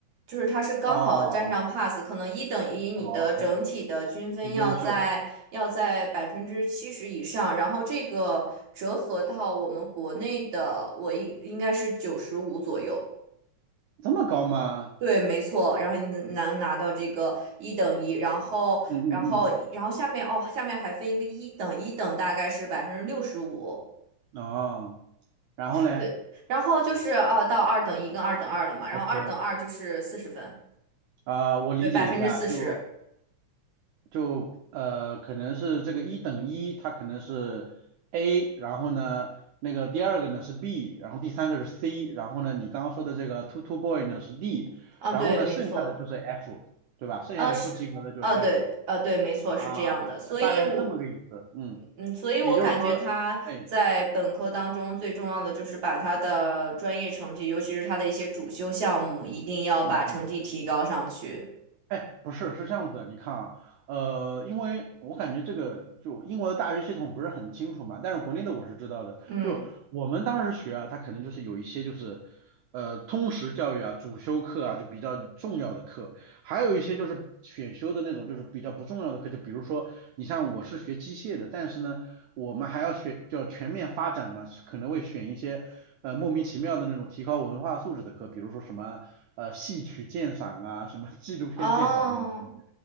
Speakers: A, on the right (about 55°); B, on the right (about 75°).
A: 就是它是刚好占上
B: 哦
A: pass，可能一等一你的整体的均分要在要在百分之七十以上，
B: 哦，OK，优秀，
A: 然后这个折合到我们国内的，我应应该是九十五左右。
B: 这么高吗？
A: 对，没错，然后你能拿到这个一等一，然后，
B: 嗯嗯
A: 然后，然后下面哦，下面还分一个一等，一等大概是百分之六十五，
B: 嗯，哦，然后嘞
A: 对，然后就是呃到二等一跟二等二了嘛，然后二等二就是四十分。
B: ？OK，啊、我理解一下，
A: 对，百分之四十
B: 就就呃，可能是这个一等一，它可能是 A，然后呢，那个第二个呢是 B，然后第三个是 C，然后呢，你刚刚说的这个 two two boy 呢是 D，
A: 啊，
B: 然后呢，
A: 对，没错，
B: 剩下的就是 F，对吧？剩下的不及格的就是
A: 啊是，啊对，
B: F
A: 啊对，没错，
B: 啊，
A: 是这样的，所以我，
B: 大概是这么个意思，嗯，
A: 嗯，所以我感觉他在本科当中最重要的就是把他的专业成绩，
B: 也就是说，哎，
A: 尤其是他的一些主修项目，一定要把成绩提高上去。
B: 嗯嗯。哎，不是，是这样子的，你看啊，呃，因为我感觉这个就英国的大学系统不是很清楚嘛，但是国内的我是知道的。
A: 嗯，
B: 就我们当时学啊，它可能就是有一些就是，呃，通识教育啊、主修课啊，就比较重要的课。还有一些就是选修的那种，就是比较不重要的课，就比如说你像我是学机械的，但是呢，我们还要选叫全面发展嘛，可能会选一些呃莫名其妙的那种提高文化素质的课，比如说什么呃戏曲鉴赏啊，什么纪录片鉴赏这种东西
A: 哦，